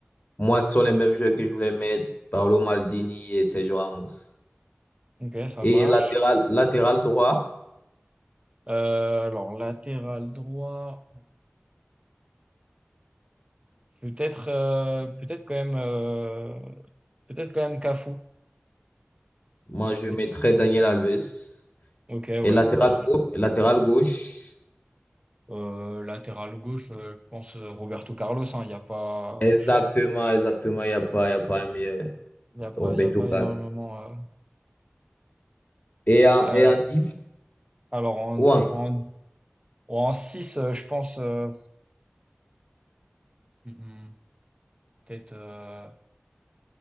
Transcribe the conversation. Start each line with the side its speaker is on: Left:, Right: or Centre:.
Left: Moi, ce sont les mêmes jeux que je voulais mettre, Paolo Maldini et Sergio Ramos.
Right: Ok, ça
Left: Et
Right: marche.
Left: latéral, latéral droit,
Right: Euh, alors, latéral droit, peut-être euh, peut-être quand même euh, peut-être quand même Cafu.
Left: moi, je mettrais
Right: Et-
Left: Daniel Alves.
Right: Ok, ouais,
Left: Et latéral,
Right: ouais. je-
Left: gau- latéral gauche,
Right: euh, latéral gauche, euh, je pense euh, Roberto Carlos. Il hein, y a pas,
Left: exactement, exactement, il n'y a pas, y a pas un meilleur,
Right: il y a pas,
Left: Roberto
Right: il y a pas
Left: Carlos.
Right: énormément. euh.
Left: Et en,
Right: Euh,
Left: et en 10
Right: alors en
Left: ou en-
Right: en en 6, je pense euh, mhm, peut-être. euh,